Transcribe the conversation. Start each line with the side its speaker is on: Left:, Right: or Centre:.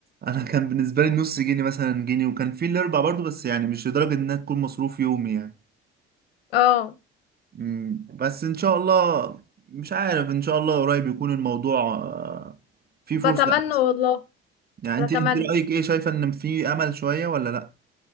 Right: انا كان بالنسبه لي نص جنيه مثلا جنيه وكان في الاربع برضو بس يعني مش لدرجه انها تكون مصروف يومي يعني
Left: اه
Right: مم، بس ان شاء الله مش عارف ان شاء الله قريب يكون الموضوع آه، فيه
Left: بتمنى
Right: فرصه احسن
Left: والله
Right: يعني
Left: بتمنى
Right: انت انت رايك ايه شايفه ان في امل شويه ولا